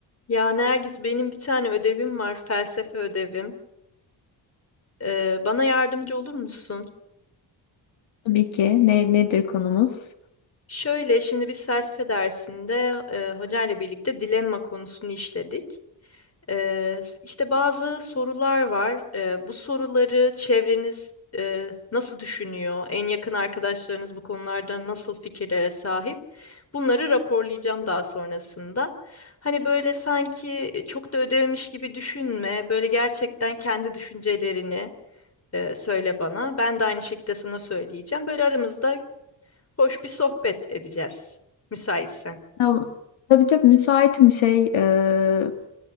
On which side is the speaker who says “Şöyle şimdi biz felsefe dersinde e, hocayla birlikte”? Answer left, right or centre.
Left